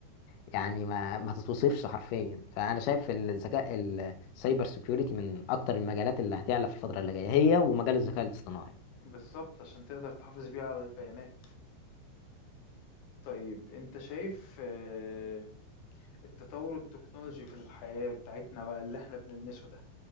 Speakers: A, on the left; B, on the left.
A: يعني ما ما تتوصفش حرفيا فأنا شايف الذكاء السايبر سيكيورتي من أكتر المجالات اللي هتعلى في الفترة اللي جاية هي ومجال الذكاء الاصطناعي
B: بالظبط عشان تقدر تحافظ بيها على البيانات طيب انت شايف آه، التطور التكنولوجي في الحياة بتاعتنا بقى اللي احنا بنلمسه ده